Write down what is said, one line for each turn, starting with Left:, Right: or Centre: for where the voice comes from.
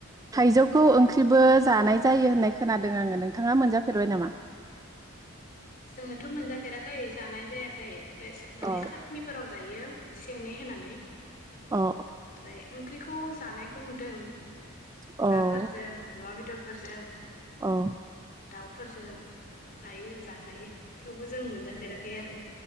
Right: थाइजौखौ ओं <unintelligible> जानाय जायो होननाय खोनादों आङो नोंथाङा मोनजाफेरबाय नामा?
Left: जोंनोथ' मोनजाफेराखै जानाय जायाखै <unintelligible> माने
Right: अ
Left: साखनिफोराव जायो एसे <unintelligible> होनानै <inaudible>
Right: अ औ
Left: ओमफ्राय ओंख्रिखौ जानायखौ नुदों
Right: औ
Left: नाफोरजों अमा बेदरफोरजों
Right: औ
Left: दाउफोरजों। जायो जा जायो थेवबो जों मोनजाफेराखै आरो